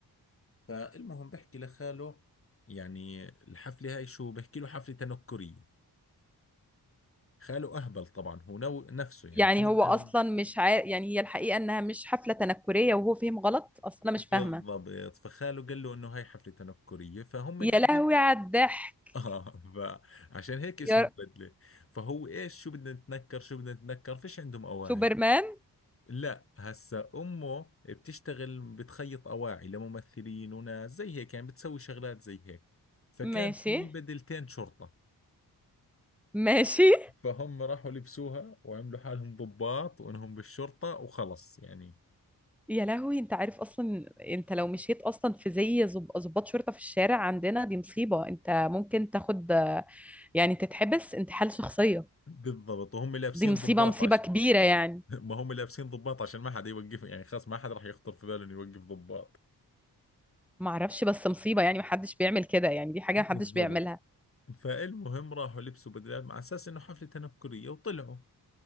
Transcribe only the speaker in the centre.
يعني
هو اصلا
مش عارف يعني هي الحقيقه انها مش حفله تنكريه وهو فهم غلط اصلا
مش فاهمه
يا
لهوي على الضحك
يا
سوبرمان
ماشي
ماشي <laughs>
يا لهوي انت عارف اصلا انت لو مشيت اصلا في زي ظب- ظباط شرطة في الشارع عندنا دي مصيبة انت ممكن تاخد آه، يعني تتحبس انتحال شخصية
دي مصيبة
مصيبة كبيرة
يعني
معرفش بس مصيبة يعني محدش بيعمل كده يعني دي حاجة
محدش بيعملها